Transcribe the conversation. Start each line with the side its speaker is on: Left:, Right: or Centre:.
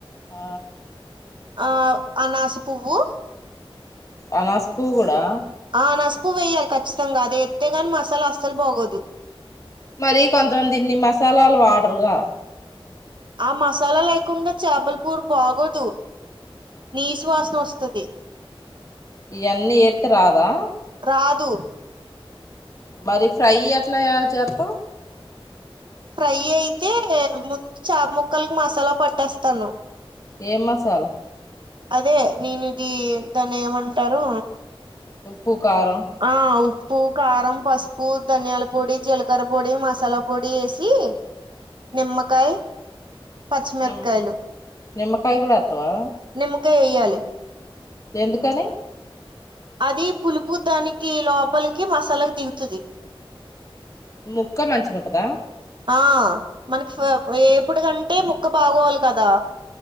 Left: ఆ
Right: ఆ అనాస పువ్వు
Left: అనాస పువ్వు కూడా
Right: ఆ అనస పువ్వు ఏయాలి ఖచ్చితంగా అదే ఎత్తేగాని మసాలా అస్సలు బాగోదు
Left: మరి కొంతమంది ఇన్ని మసాలాలు వాడ్రుగా
Right: ఆ మసాలా లేకుండా చేపలపూరు బాగోదు నీస్ వాసన ఓస్తది
Left: ఇయాన్నీ ఏతే రాదా
Right: రాదు
Left: మరి ఫ్రై ఎట్లా జెత్తావ్
Right: ఫ్రై అయితే ముందు చాప్ ముక్కల్కి మసాలా పట్టేస్తాను
Left: ఏం మసాలా
Right: అదే నేనీది దాన్ని ఏవంటారూ
Left: ఉప్పు కారం
Right: ఆ ఉప్పు కారం పసుపు ధనియాల పొడి జీలకర్ర పొడి మసాలా పొడి ఎసీ నిమ్మకాయ పచ్చిమిరప్కాయలు
Left: నిమ్ నిమ్మకాయ గూడ ఎత్తవా
Right: నిమ్మకాయ్ ఎయ్యాలి
Left: ఎందుకని
Right: అది పులుపు దానికి లోపలికి మసాలాకి దిగుతుది
Left: ముక్క మంచిగున్టదా
Right: ఆ మనక్ ఫ ఎపుడుగంటే ముక్క బావోలి గదా